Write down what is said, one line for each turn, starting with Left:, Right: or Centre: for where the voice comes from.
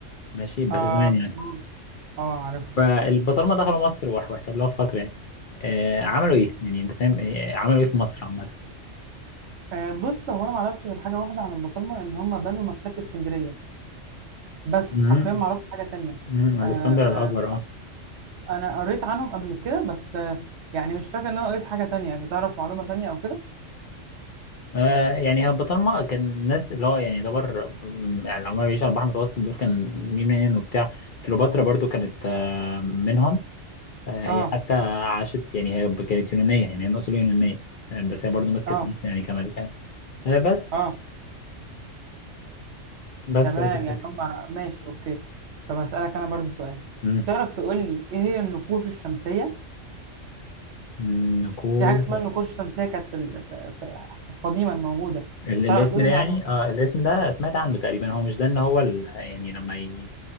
Left: ماشي بس
Right: اه
Left: زمان يعني
Right: اه آه، عارفه
Left: فالبطالمه دخلوا مصر واح- واحتلوها في فتره يعني آه عملوا ايه يعني انت فاهم آه، عملوا ايه في مصر عامه
Right: آه بص هو انا ما اعرفش غير حاجه واحده عن البطرمه ان هم بنوا مكتبه اسكندريه بس
Left: مهم.
Right: حرفيا ما اعرفش حاجه تانية
Left: مهم. الاسكندر
Right: آه
Left: الاكبر اه
Right: انا قريت عنهم قبل كده بس آه يعني مش فاكر ان انا قريت حاجه تانية انت تعرف معلومه تانية او كده
Left: آه، يعني هو البطالمه كان الناس اللي هو يعني يعتبر يعني اللي هم بيعيشوا على البحر المتوسط دول كان يونان وبتاع كليوباترا برضو كانت آه، منهم آه،
Right: اه
Left: هي حتى عاشت يعني هي كانت يونانيه يعني هي من اصول يونانيه آه، بس هي برضو مسكت
Right: اه
Left: مصر يعني كملكه آه، آه، بس
Right: اه
Left: بس
Right: تمام
Left: هي دي الفكره
Right: يعني هم ماشي اوكي طب هسألك انا برضو سؤال
Left: مم.
Right: تعرف تقول لي ايه هي النقوش الشمسية
Left: مم، نقود
Right: في حاجة اسمها النقوش الشمسية كانت في ال- في- في- في قديما موجودة
Left: ال- الاسم
Right: تعرف تقول لي
Left: ده يعني
Right: هي-
Left: اه الاسم ده سمعت عنه تقريبا هو مش ده ان هو ال... يعني لما ي...